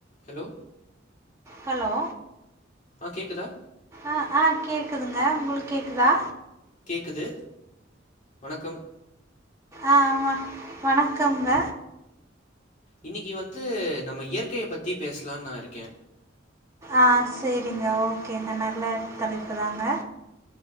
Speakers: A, on the left; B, on the right.
A: Hello
B: hello
A: ஆ கேக்குதா
B: அ அ கேக்குதுங்க உங்ளுக்கு கேக்குதா
A: கேக்குது வணக்கம்
B: அ ஆமா வணக்கம்ங்க
A: இன்னக்கி வந்து நம்ம இயற்கைய பத்தி பேசலான்னு நா இருக்கே
B: ஆ சரிங்க ஓகேங்க நல்ல தலைப்புதாங்க